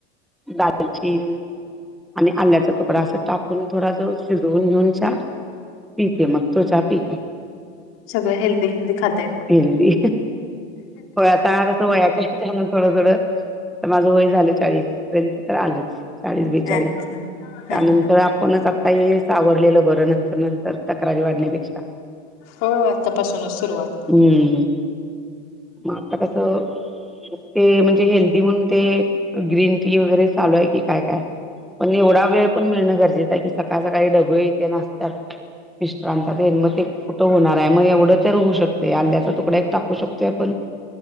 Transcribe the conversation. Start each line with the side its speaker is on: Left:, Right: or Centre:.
Centre: दालचीन, आणि आल्याचा तुकडा, असं टाकून थोडा ज शिजवून घेऊन चहा. पीते मग तो चहा पीते.
Left: सगळ हेल्दी हेल्दी खातय मग.
Centre: हेल्दी होय आता कसं वयाच्या थोडं थोडं आ माझं वय झालं चाळीस तर आलंच. चाळीस बेचाळीस
Left: अच्छा
Centre: त्यानंतर
Left: हा हा हा.
Centre: पण आता हे सावरलेलं बर नंतर नंतर तक्रारी वाढण्यापेक्षा.
Left: होय होय आत्तापासूनच सुरुवात.
Centre: हम्म, मग आता कसं ते म्हणजे हेल्दी म्हणून ते ग्रीन टी वगैरे चालू आहे की काय काय? पण एवढा वेळ पण मिळणं गरजेचं आहे की, सकाळ सकाळी डबे यथे आसतात. मिस्टरांचा तेन मग ते कुठं होणार आहे मग एवढं तर होऊ शकत ते. आल्ल्याचा तुकडा एक टाकू शकतोय आपण.